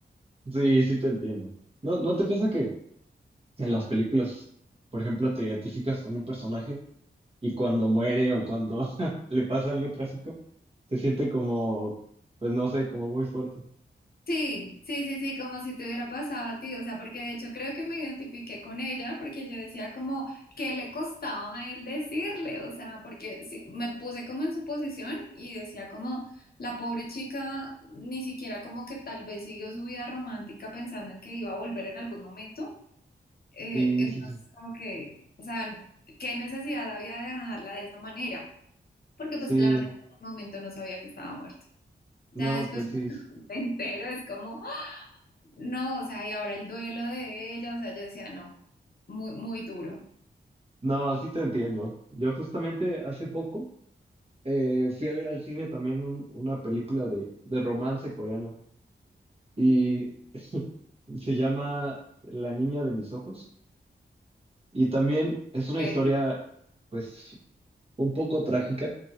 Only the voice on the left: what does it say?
Sí, sí, sí, sí, como si te hubiera pasado a ti, o sea, porque de hecho creo que me identifiqué con ella, porque yo decía como que le costaba a él decirle, o sea, porque sí, me puse como en su posición y decía como la pobre chica ni siquiera como que tal vez siguió su vida romántica pensando en que iba a volver en algún momento, eh,
entonces
como que, o sea, qué necesidad había de dejarla de esa manera, porque
pues claramente en ese momento no sabía que estaba muerto. Ya
después
<laughs> cuando me entero es como... No, o sea, y ahora el duelo de ella, o sea, yo decía, no, muy, muy duro.
Eh,